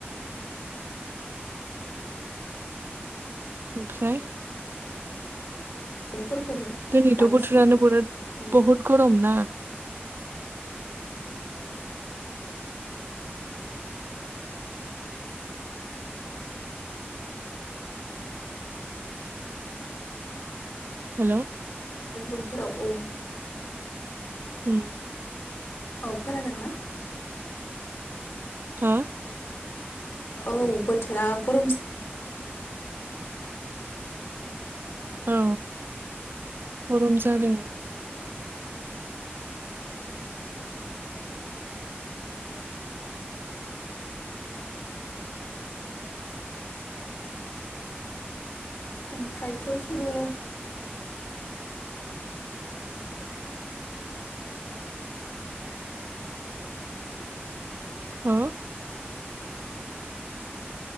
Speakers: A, on the right; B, on the left.
A: ओमफ्राय
B: मैगंफोरखौबो
A: दिनैथ'
B: बांसिन
A: बोथोरानो बोरोद
B: उम
A: बहुद गरम ना हेलौ
B: उनफोराव औ
A: उम
B: औ खोनादों ना?
A: हा
B: औ बोथोरा गरम
A: औ गरम जादों।
B: ओमफ्रायथ' जोङो
A: हो